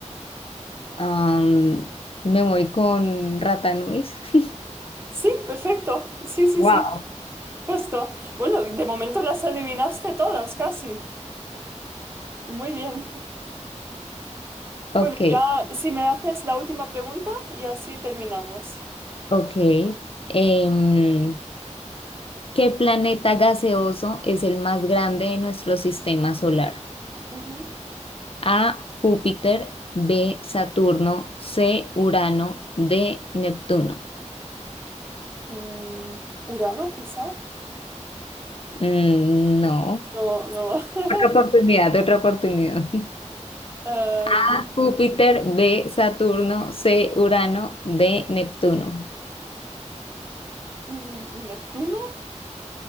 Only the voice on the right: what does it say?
Sí, perfecto, sí, sí,
sí, justo. Bueno, de momento las adivinaste todas, casi. Muy bien.
Bueno, ya si me haces la última pregunta y así terminamos.
Ujú.
Mm, Urano, quizá.
No, no. <laughs>
Em,
mm, Neptuno.